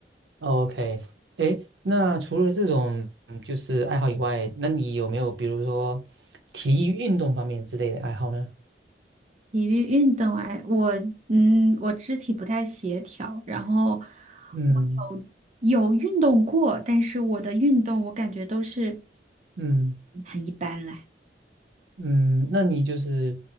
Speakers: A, on the right (about 75°); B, on the right (about 40°).
A: OK，诶，那除了这种嗯就是爱好以外，那你有没有比如说体育运动方面之类的爱好呢？
B: 体育运动啊，我嗯，我肢体不太协调，然后
A: 嗯
B: 我有有运动过，但是我的运动我感觉都是
A: 嗯
B: 很一般啦。
A: 嗯，那你就是